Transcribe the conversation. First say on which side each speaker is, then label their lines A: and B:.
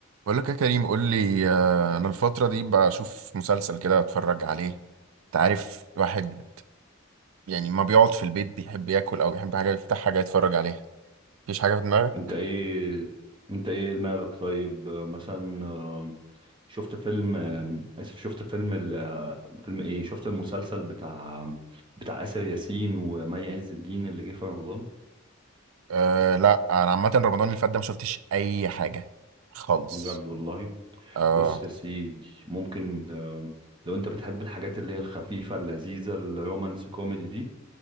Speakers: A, on the right; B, on the right.
A: بقول لك يا كريم قول لي آه، انا الفتره دي بشوف مسلسل كده اتفرج عليه انت عارف الواحد يعني ما بيقعد في البيت بيحب ياكل او بيحب حاجه يفتح حاجه يتفرج عليها مفيش حاجه في دماغك
B: انت ايه انت ايه دماغك طيب آه، مثلا آه، شفت فيلم آه، اسف شفت فيلم ال... آه، فيلم ايه شفت المسلسل بتاع بتاع آسر ياسين ومي عز الدين اللي جه في رمضان
A: أه لا انا عامه رمضان اللي فات ده ما شفتش اي حاجه خالص
B: بجد والله
A: اه
B: بص يا سيدي ممكن آه، لو انت بتحب الحاجات اللي هي الخفيفة اللذيذة الرومانس كوميدي دي